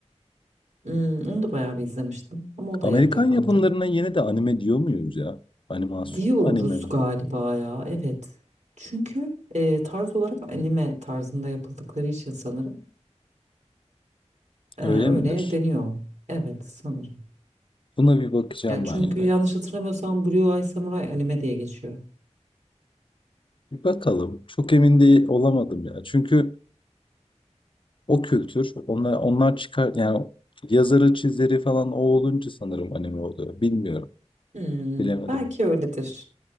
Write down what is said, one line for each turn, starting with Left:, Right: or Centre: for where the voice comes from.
Right: Hmm, onu da bayağı bir izlemiştim ama o da
Left: Amerikan
Right: yarıda kaldı.
Left: yapımlarına yine de anime diyor muyuz ya? Animasyon
Right: Diyoruz
Left: mu, anime mi?
Right: galiba ya. Evet. Çünkü e, tarz olarak anime tarzında yapıldıkları için sanırım e,
Left: Öyle
Right: öyle
Left: midir?
Right: deniyor. Evet sanırım.
Left: Buna bir bakacağım
Right: Ya çünkü
Left: ben yine.
Right: yanlış hatırlamıyorsam Blue Eye Samurai anime diye geçiyor.
Left: Bir bakalım. Çok emin değil olamadım ya. Çünkü o kültür, onlar, onlar çıkar yani yazarı, çizeri falan o olunca sanırım anime oluyor. Bilmiyorum.
Right: Hmm,
Left: Bilemedim.
Right: belki öyledir.